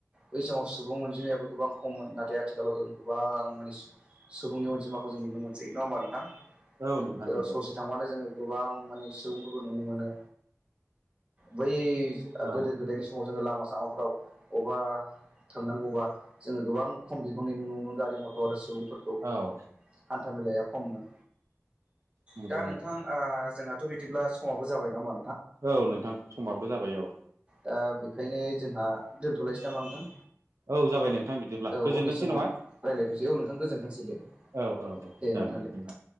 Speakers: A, on the right (about 25°); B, on the right (about 70°).
A: बै समाव सुबुं अनजिमायाबो गोबां खममोन नाथाय आथिखालाव जों गोबां माने सुबुं-सुबुंनि अनजिमाखौ जों नुनो मोनसै नङा होमबा नोंथां
B: औ नोंथां
A: जेराव
B: नंगौ
A: ससे थांबानो जोङो गोबां माने सुबुं नुनो मोनो बै
B: औ
A: गोदो गोदायनि समाव जोङो लामा टाउनफोराव अबा थांनांगौबा जोङो गोबां खम बिगांनि नुनो मोनो गारि मथर सुबुं फोरखै
B: औ
A: हान्था मेलाया खममोन
B: नंगौ
A: दा
B: नंगौ
A: नोंथां आ थ' बिदिब्ला समावबो जाबाय नामा
B: औ नोंथां समाबो जाबाय औ
A: दा बेखायनो जोंहा दोनथ'लायसै नामा नोंथां
B: औ जाबाय नोंथां बिदिब्ला
A: औ
B: गोजोनथोंसै
A: उननि समाव
B: नामा
A: रायलायफिनसै औ नोंथां गोजोनथांसै दे।
B: औ औ औ
A: दे
B: जागोन नोंथां।
A: दे